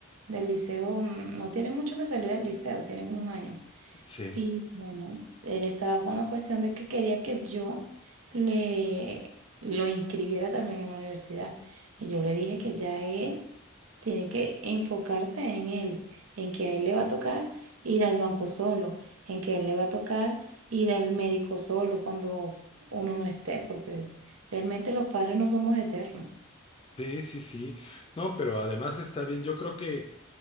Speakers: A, on the right; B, on the left.
A: del liceo, mm, no tiene mucho que salir del liceo, tiene como un año.
B: Sí,
A: Y bueno, él estaba con la cuestión de que quería que yo le lo inscribiera también en la universidad. Y yo le dije que ya él tiene que enfocarse en él, en que a él le va a tocar ir al banco solo, en que a él le va a tocar ir al médico solo cuando uno no esté, porque realmente los padres no somos eternos.
B: sí, sí, sí. No, pero además está bien. Yo creo que